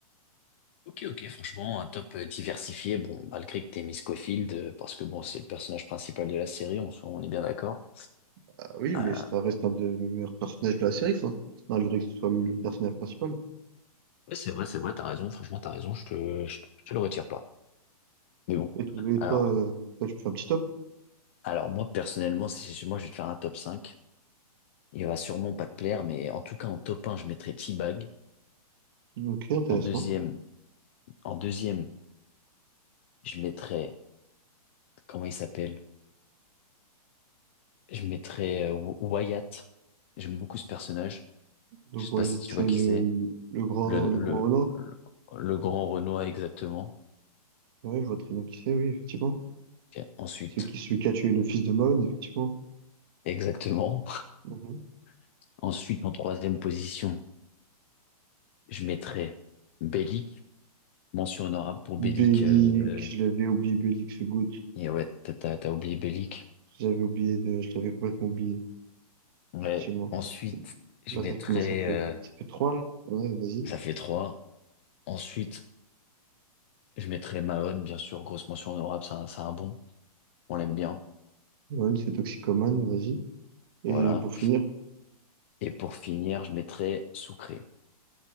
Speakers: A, on the left; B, on the right.
A: Ok, ok, franchement, un top euh, diversifié. Bon, malgré que t'aies mis Scofield, euh, parce que bon, c'est le personnage principal de la série, on, s- on est bien d'accord.
B: Ah oui, mais
A: Euh,
B: ça reste un des meilleurs personnages de la série, quoi. Malgré que ce soit le personnage principal.
A: ouais, c'est vrai, c'est vrai, t'as raison, franchement, t'as raison, je te, je, je te le retire pas. Mais bon,
B: Et, to- et
A: alors,
B: toi, euh, toi, tu fais un petit top?
A: alors moi, personnellement, si, si, moi, je vais te faire un top 5. Il va sûrement pas te plaire, mais en tout cas, en top un, je mettrais T-Bag.
B: Mhm. Ok, intéressant.
A: En deuxième, en deuxième, je mettrais, comment il s'appelle? Je mettrais euh, Wyatt. J'aime beaucoup ce personnage.
B: Donc,
A: Je sais
B: ouais,
A: pas si
B: il y a, c'est
A: tu vois qui
B: le,
A: c'est.
B: le grand,
A: Le,
B: le
A: le,
B: grand Renoir.
A: le, le grand Renoir, exactement.
B: Ouais, je vois très bien qui c'est, oui, effectivement.
A: Ok, Ensuite,
B: C'est qui, celui qui a tué le fils de Mon, effectivement.
A: exactement.
B: Mhm.
A: <laughs> Ensuite, en troisième position, je mettrais Bellic. Mention honorable pour
B: Bélix,
A: Bellic. euh,
B: je l'avais oublié, Bélix Good.
A: Et ouais, t'as, t'as, t'as oublié Bellic.
B: J'avais oublié de, je l'avais complètement oublié,
A: Ouais.
B: effectivement.
A: Ensuite, je
B: Là,
A: mettrais...
B: ça commence, ça fait,
A: euh,
B: ça fait trois, là. Ouais, vas-y.
A: Ça fait trois. Ensuite, je mettrais Mahon, bien sûr. Grosse mention honorable, c'est un, c'est un bon. On l'aime bien.
B: Mon, c'est Toxicomane, vas-y. Et
A: Voilà.
B: pour finir,
A: Et pour finir, je mettrais Soucré.